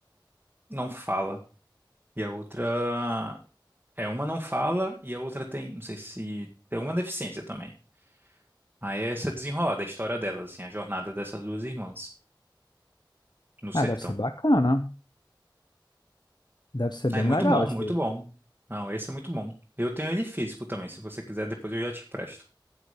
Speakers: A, on the right (about 25°); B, on the left (about 60°).
A: não fala. E a outra. É, uma não fala e a outra tem. Não sei se. Tem alguma deficiência também. Aí é essa desenrolada, a história delas, assim, a jornada dessas duas irmãs no sertão.
B: Ah, deve ser bacana. Deve ser bem
A: É muito
B: legal
A: bom,
B: esse
A: muito
B: aí.
A: bom. Não, esse é muito bom. Eu tenho ele físico também, se você quiser, depois eu já te empresto.